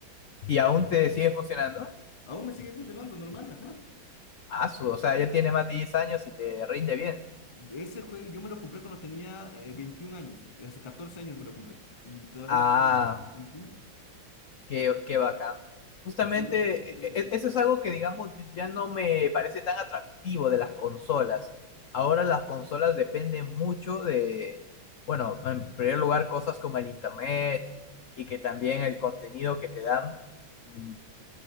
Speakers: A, on the left; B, on the left.
A: ¿Y aún te sigue funcionando?
B: Aún me sigue funcionando normal, ajá.
A: Ah, su, o sea, ya tiene más de 10 años y te rinde bien.
B: Ese juego yo me lo compré cuando tenía eh, 21 años, hace 14 años me lo compré y todavía
A: Ah,
B: viene. ujú,
A: Qué, qué bacán. Justamente
B: Sí, en este punto ya
A: e-
B: es reliquia.
A: e- eso es algo que, digamos, ya no me parece tan atractivo de las consolas. Ahora las consolas dependen mucho de, bueno, en primer lugar, cosas como el internet y que también el contenido que te dan, mm,